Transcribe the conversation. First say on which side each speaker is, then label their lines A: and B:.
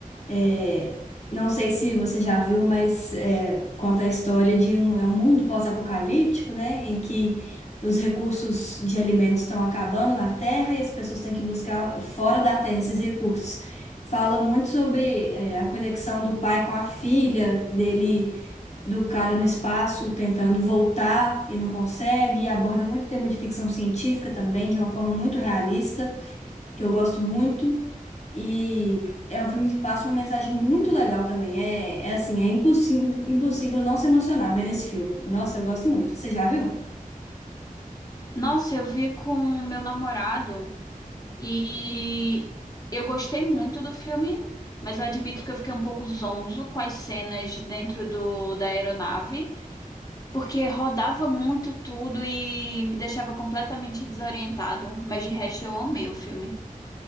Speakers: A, on the left; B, on the left.
A: É, não sei se você já viu, mas é, conta a história de um, é um mundo pós-apocalíptico, né? Em que os recursos de alimentos estão acabando na Terra e as pessoas têm que buscar fora da Terra esses recursos. Fala muito sobre é, a conexão do pai com a filha, dele, do cara no espaço tentando voltar e não consegue. E aborda muito tema de ficção científica também, de uma forma muito realista que eu gosto muito. E é um filme que passa uma mensagem muito legal também. É, é assim, é impossível, impossível não se emocionar vendo esse filme. Nossa, eu gosto muito. Você já viu?
B: Nossa, eu vi com meu namorado. E eu gostei muito do filme, mas eu admito que eu fiquei um pouco zonzo com as cenas dentro do, da aeronave, porque rodava muito tudo e me deixava completamente desorientado. Mas de resto, eu amei o filme.